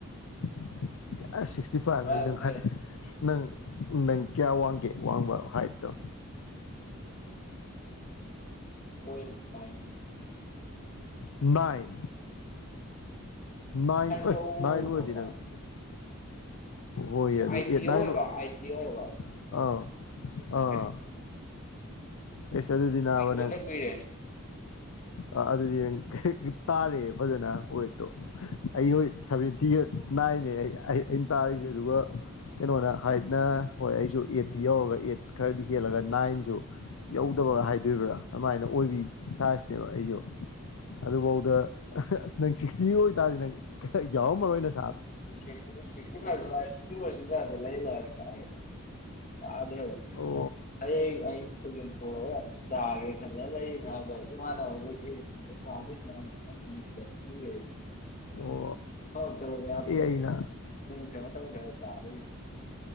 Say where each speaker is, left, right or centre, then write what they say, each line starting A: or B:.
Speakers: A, on the left (about 70°); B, on the left (about 35°).
A: ꯁꯨ <inaudible> ꯁꯤꯛꯁꯇꯤ ꯐꯥꯏ
B: ꯑꯗꯨꯝ
A: ꯅꯈꯥꯏ
B: ꯂꯩꯔꯦ
A: ꯅꯪ ꯎ ꯅꯪ ꯀꯌꯥ ꯋꯥꯡꯒꯦ ꯋꯥꯡꯕ ꯍꯥꯏꯠꯇꯣ
B: ꯍꯣꯏ ꯀꯥꯏ
A: ꯏꯟ ꯅꯥꯏꯟ
B: ꯌꯧꯔꯝꯗꯧ
A: ꯑꯣꯏ ꯅꯥꯏꯟ ꯑꯣꯏꯗꯤ
B: ꯃꯥꯜꯂꯦ
A: ꯅꯪ ꯍꯣꯏ ꯑꯗꯨ
B: ꯑꯥꯏ
A: ꯑꯦꯠ
B: ꯇꯤ
A: ꯅꯥꯏꯟ
B: ꯑꯣꯏꯕ ꯑꯥꯏ ꯇꯤ ꯑꯣꯏꯕꯥꯏ
A: ꯑꯥ
B: ꯐꯪꯗꯦ
A: ꯑꯥ ꯑꯦꯁ ꯑꯗꯨꯗꯤ ꯅꯥꯕ
B: ꯑꯣꯟꯗ
A: ꯅꯪ
B: ꯀꯨꯏꯔꯦ
A: ꯑꯗꯨꯗꯤ ꯇꯥꯔꯦ ꯐꯖꯅ ꯋꯦꯠꯇꯣ ꯑꯩ ꯍꯣꯏ ꯁꯚꯦꯟꯇꯤꯒꯠ ꯅꯥꯏ ꯍꯥꯏꯅꯦ ꯑꯩ ꯑꯩꯅ ꯇꯥꯔꯤꯁꯦ ꯑꯗꯨꯒ ꯀꯩꯅꯣꯅ ꯍꯥꯏꯠꯅ ꯍꯣꯏ ꯑꯩꯁꯨ ꯑꯦꯠꯇꯤ ꯌꯧꯔꯒ ꯑꯦꯠ ꯈꯔꯗꯤ ꯍꯦꯜꯂꯒ ꯅꯥꯏꯟꯁꯨ ꯌꯧꯗꯕꯒ ꯍꯥꯏꯗꯣꯔꯤꯕ꯭ꯔꯥ ꯑꯗꯨꯃꯥꯏꯅ ꯑꯣꯏꯕꯤ ꯁꯥꯏꯖꯅꯦꯕ ꯑꯩꯁꯨ ꯑꯗꯨꯐꯥꯎꯗ ꯑꯁ ꯅꯪ ꯁꯤꯛꯁꯇꯤ ꯑꯣꯏꯇꯥꯔꯗꯤ ꯅꯪ ꯌꯥꯎꯔꯝꯃꯔꯣꯏꯅ
B: ꯁ ꯀ <unintelligible> ꯁꯤꯕ ꯁꯤꯗꯗꯂ ꯏꯂ ꯀ ꯌꯥ꯭ꯔꯣ
A: ꯑꯣ
B: ꯍꯌꯦꯡ ꯑꯩꯅꯁꯨꯨ ꯌꯨꯝꯊꯑꯒ ꯆꯥꯒꯦ ꯈꯖ ꯂꯩ ꯅꯕ ꯏꯃꯥꯟꯅꯕꯖꯒ ꯅꯤ ꯑꯁꯃꯤꯠꯇ ꯄꯦ
A: ꯑꯣ
B: ꯍ ꯇ ꯐꯅ
A: ꯑꯦ ꯑꯩꯅ
B: ꯊ ꯇ ꯍ ꯆꯔ